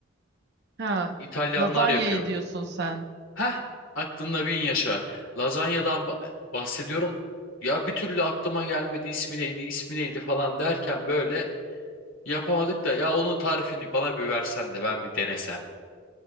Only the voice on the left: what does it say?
İtalyanlar
yapıyor.
Heh aklında bin yaşa. Lazanyadan ba- bahsediyorum. Ya bir türlü aklıma gelmedi ismi neydi ismi neydi falan derken böyle yapamadık da ya onun tarifini bana bir versen de ben bir denesem.